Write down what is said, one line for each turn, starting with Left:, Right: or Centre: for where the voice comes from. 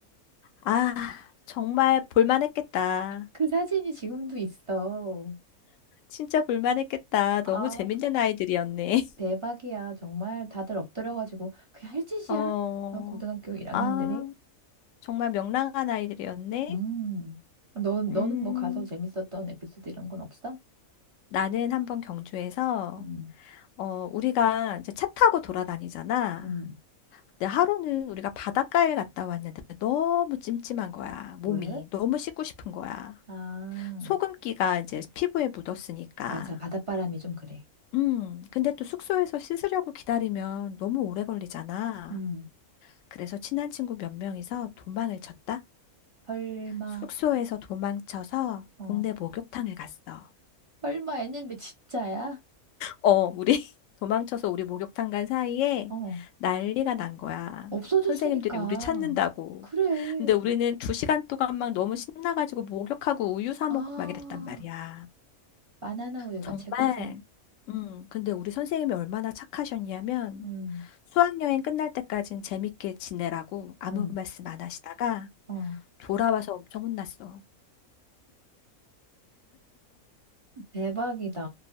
Left: 아, 정말 볼만했겠다.
Right: 그 사진이 지금도 있어.
Left: 진짜 볼만했겠다. 너무
Right: 아,
Left: 재밌는 아이들이었네.
Right: 대박이야. 정말 다들 엎드려가지고, 그게 할 짓이야?
Left: <laughs> 어,
Right: 어, 고등학교 1학년들이?
Left: 아, 정말 명랑한 아이들이었네.
Right: 음. 너, 너는
Left: 음,
Right: 뭐 가서 재밌었던 에피소드 이런 건 없어?
Left: 나는 한번 경주에서,
Right: 음.
Left: 어, 우리가 이제 차 타고 돌아다니잖아.
Right: 음.
Left: 근데 하루는 우리가 바닷가에 갔다 왔는데 너무 찜찜한 거야. 몸이.
Right: 왜?
Left: 너무 씻고 싶은 거야.
Right: 아,
Left: 소금기가 이제 피부에 묻었으니까.
Right: 맞아. 바닷바람이 좀 그래.
Left: 음, 근데 또 숙소에서 씻으려고 기다리면 너무 오래 걸리잖아.
Right: 음.
Left: 그래서 친한 친구 몇 명이서 도망을 쳤다.
Right: 설마,
Left: 숙소에서 도망쳐서
Right: 어,
Left: 동네 목욕탕을 갔어.
Right: 설마 했는데 진짜야?
Left: 어, 우리 <laughs> 도망쳐서 우리 목욕탕 간 사이에
Right: 어,
Left: 난리가 난 거야.
Right: 없어졌으니까.
Left: 선생님들이 우리 찾는다고.
Right: 그래.
Left: 근데 우리는 두 시간 동안 막 너무 신나가지고 목욕하고 우유 사
Right: 아,
Left: 먹고 막 이랬단 말이야.
Right: 바나나 우유가
Left: 정말.
Right: 최고지.
Left: 음, 근데 우리 선생님이 얼마나 착하셨냐면
Right: 음.
Left: 수학여행 끝날 때까진 재밌게 지내라고 아무
Right: 응.
Left: 말씀 안 하시다가
Right: 어,
Left: 돌아와서 엄청 혼났어.
Right: 대박이다.